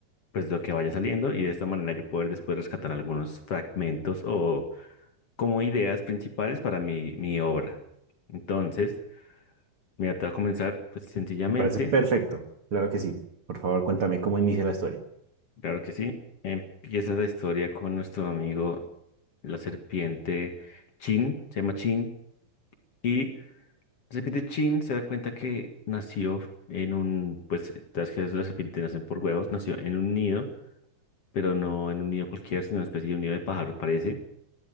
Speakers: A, on the left; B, on the right.
A: pues lo que vaya saliendo y de esta manera yo poder después rescatar algunos fragmentos o como ideas principales para mi, mi obra. Entonces, mira, te voy a comenzar pues sencillamente,
B: Me parece perfecto. Claro que sí. Por favor, cuéntame cómo inicia la historia.
A: claro que sí, empieza la historia con nuestro amigo la serpiente Chin, se llama Chin, y la serpiente Chin se da cuenta que nació en un, pues, las que las serpientes nacen por huevos, nació en un nido, pero no en un nido cualquiera, sino una especie de un nido de pájaro, parece